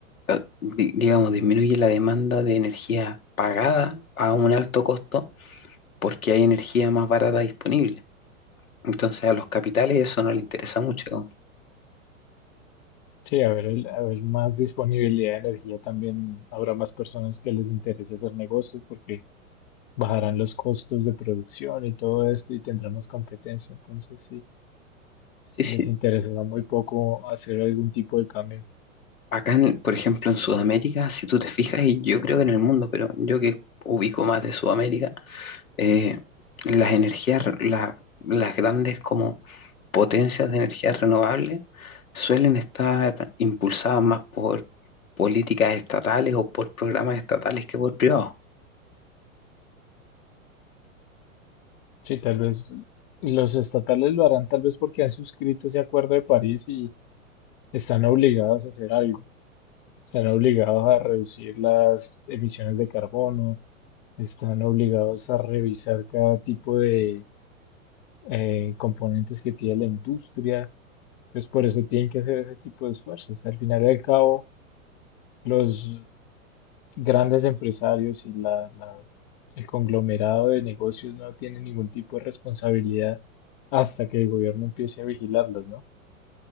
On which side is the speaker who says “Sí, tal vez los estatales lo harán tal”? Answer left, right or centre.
Left